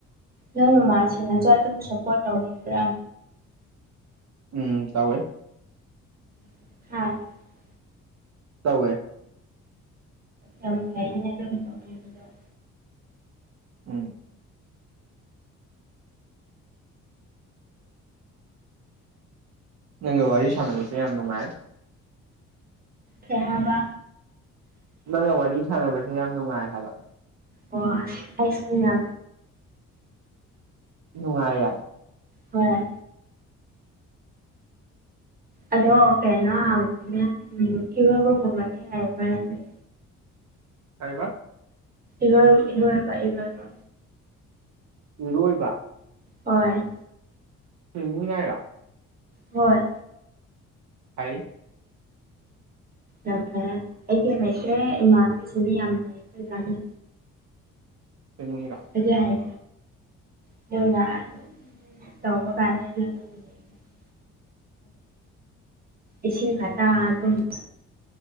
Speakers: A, on the right; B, on the right.
A: ꯅꯪ ꯃꯃꯥꯁꯤꯡꯅꯁꯨ ꯑꯗꯨꯝ ꯁꯞꯄꯣꯔꯠ ꯇꯧꯕꯤꯕ꯭ꯔꯥ
B: ꯎꯝ ꯇꯧꯏ
A: <unintelligible>
B: ꯇꯧꯋꯦ
A: ꯌꯥꯝ ꯐꯩꯅ‌ꯦ ꯑꯗꯨ ꯇꯧꯕꯤꯕꯗ‌ꯣ
B: ꯎꯝ ꯅꯪꯒ ꯋꯥꯔꯤ ꯁꯥꯟꯅꯕꯁꯦ ꯌꯥꯝ ꯅꯨꯡꯉꯥꯏ
A: ꯀꯩ ꯍꯥꯏꯕ
B: ꯅꯪꯒ ꯋꯥꯔꯤ ꯁꯥꯟꯅꯕꯁꯦ ꯌꯥꯝ ꯅꯨꯡꯉꯥꯏ ꯍꯥꯏꯕ
A: ꯑꯣ ꯑꯩꯁꯨ ꯌꯤꯝꯅ
B: ꯅꯨꯡꯉꯥꯏꯌ‌ꯦ
A: ꯍꯣꯏ ꯑꯗꯣ ꯀꯩꯅꯣ‌ ꯎꯝ ꯏꯔ‌ꯣꯟꯕꯒꯨꯝꯕꯅꯤ ꯍꯩꯕꯔꯥ ꯅꯪ
B: ꯀꯩꯕ
A: ꯏꯔꯣꯟ ꯏꯔꯣꯟꯕ ꯏꯔꯣꯟꯕ
B: ꯏꯔꯣꯏꯕ
A: ꯍꯣꯏ
B: <unintelligible>
A: ꯍꯣꯏ
B: ꯍꯥꯏ
A: ꯌꯥꯝ ꯐꯔꯦ ꯑꯩꯗꯤ ꯍꯩꯇꯦ ꯏꯃꯥꯟꯕꯤꯁꯤꯗꯤ ꯌꯥꯝ ꯍꯩꯕ ꯃꯥꯜꯂꯦ
B: <unintelligible>
A: ꯑꯩꯗꯤ ꯍꯩ <unintelligible> ꯏꯁꯤꯡ ꯈꯇꯥ ꯑꯗꯨꯝ <unintelligible>